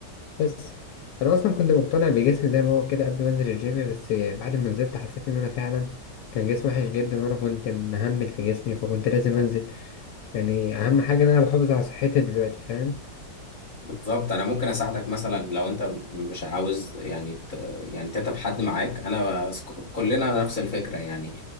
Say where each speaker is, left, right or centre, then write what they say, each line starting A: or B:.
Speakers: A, on the left (about 80°); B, on the left (about 30°).
A: بس أنا أصلا كنت مقتنع بجسمي زي ما هو كده قبل ما أنزل الجيم بس بعد ما نزلت حسيت إن أنا فعلا كان جسمي وحش جدا وأنا كنت مهمل في جسمي فكنت لازم أنزل يعني أهم حاجة إن أنا بحافظ على صحتي دلوقتي فاهم
B: بالظبط انا ممكن اساعدك مثلا لو انت مش عاوز يعني ت... يعني تتعب حد معاك انا س- كلنا نفس الفكره يعني